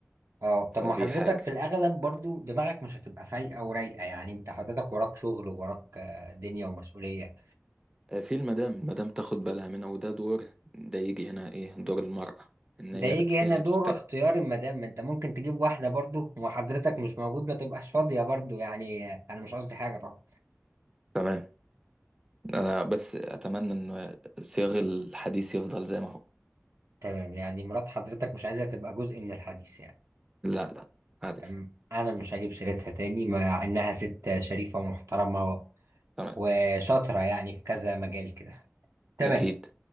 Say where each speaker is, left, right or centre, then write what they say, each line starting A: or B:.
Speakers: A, on the right (about 70°); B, on the right (about 15°).
A: اه
B: فدي
A: طب ما حضرتك
B: حاجه
A: في الاغلب برضو دماغك مش هتبقى فايقه ورايقه يعني انت حضرتك وراك شغل ووراك آه، دنيا ومسؤوليه
B: آه، في المدام المدام تاخد بالها منها وده دور ده يجي هنا ايه دور المراه ان
A: ده
B: هي
A: يجي
B: بتساعد
A: هنا دور
B: في التك...
A: اختيار المدام ما انت ممكن تجيب واحده برضو وحضرتك مش موجود ما تبقاش فاضيه برضو يعني آه، انا مش قصدي حاجه طبعا
B: تمام انا بس اتمنى ان صياغ الحديث يفضل زي ما هو
A: تمام يعني مرات حضرتك مش عايزه تبقى جزء من الحديث يعني
B: لا لا عارف
A: تمام انا مش هجيب سيرتها تاني مع انها ست شريفه ومحترمه و-
B: تمام
A: وشاطره يعني في كذا مجال كده تمام
B: اكيد